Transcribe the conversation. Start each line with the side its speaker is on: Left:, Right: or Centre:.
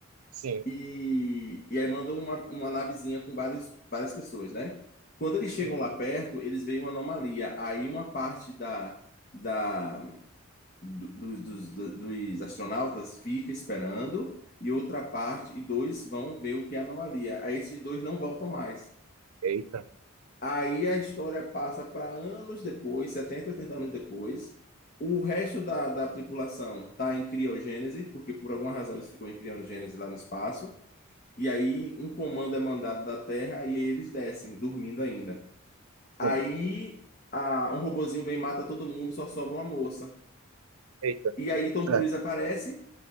Right: Sim,
Left: E, e aí mandam uma, uma navezinha com vários, várias pessoas, né? Quando eles chegam
Right: sim.
Left: lá perto, eles veem uma anomalia. Aí uma parte da, da, do- dos, dos, dos astronautas fica esperando, e outra parte, e dois vão ver o que é a anomalia. Aí esses dois não voltam mais.
Right: Eita.
Left: Aí a história passa para anos depois, 70, 80 anos depois. O resto da, da tripulação está em criogênese, porque por alguma razão eles ficam em criogênese lá no espaço. E aí um comando é mandado da Terra e eles descem, dormindo ainda. Aí
Right: Sim,
Left: a- um robozinho vem e mata todo mundo, só sobra uma moça.
Right: eita.
Left: E aí Tom
Right: Certo.
Left: Cruise aparece,